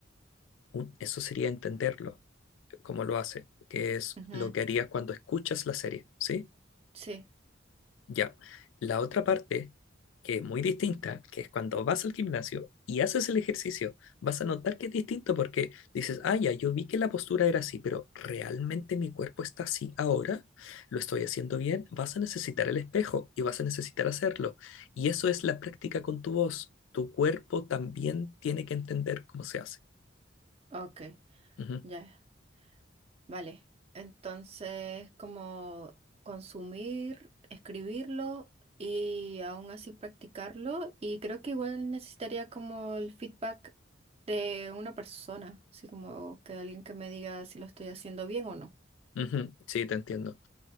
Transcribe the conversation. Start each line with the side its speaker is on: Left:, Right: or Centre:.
Left: un- eso sería entenderlo, eh, cómo lo hace, que es
Right: Ujú.
Left: lo que harías cuando escuchas la serie, ¿sí?
Right: Sí,
Left: Ya. La otra parte, que es muy distinta, que es cuando vas al gimnasio y haces el ejercicio, vas a notar que es distinto porque dices, ah, ya, yo vi que la postura era así, pero ¿realmente mi cuerpo está así ahora? ¿Lo estoy haciendo bien? Vas a necesitar el espejo y vas a necesitar hacerlo. Y eso es la práctica con tu voz. Tu cuerpo también tiene que entender cómo se hace.
Right: ok.
Left: Ujú,
Right: Ya. Vale, entonces como consumir, escribirlo y aún así practicarlo y creo que igual necesitaría como el feedback de una persona, así como que alguien que me diga si lo estoy haciendo bien o no.
Left: ujú, Sí, te entiendo.